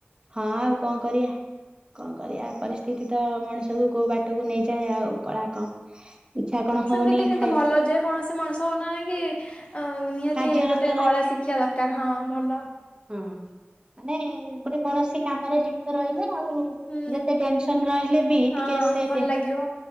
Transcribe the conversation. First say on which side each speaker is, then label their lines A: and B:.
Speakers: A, on the right (about 20°); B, on the left (about 30°).
A: ହଁ ଆଉ କଣ କରିବା? କଣ କରିବା ପରିସ୍ଥିତି ତ ମଣିଷକୁୁ କୋଉ ବାଟକୁ ନେଇଯାଏ ଆଉ କଳା କଣ ଇଚ୍ଛା କଣ
B: ସେମିତି
A: ହଉନି
B: କିନ୍ତୁ
A: ଖାଇ
B: ଭଲ ଯେ କୌଣସି ମଣିଷ ହଉନା ନା କାହିଁକି ଅ ନିହାତି
A: କାର୍ଯ୍ୟରତ
B: ଗୋଟେ କଳା ଶିଖିବା ଦରକାର ହଁ ଭଲ।
A: ହୁଁ ମାନେ ଗୋଟେ କୌଣସି କାମରେ ଲିପ୍ତ ରହିଲେ ଆଉ
B: ହୁଁ
A: ଯେତେ ଟେନସନ ରହିଲେ ବି
B: ହଁ
A: ଟିକେ ସେ
B: ଭଲ
A: ଟେ
B: ଲାଗିବ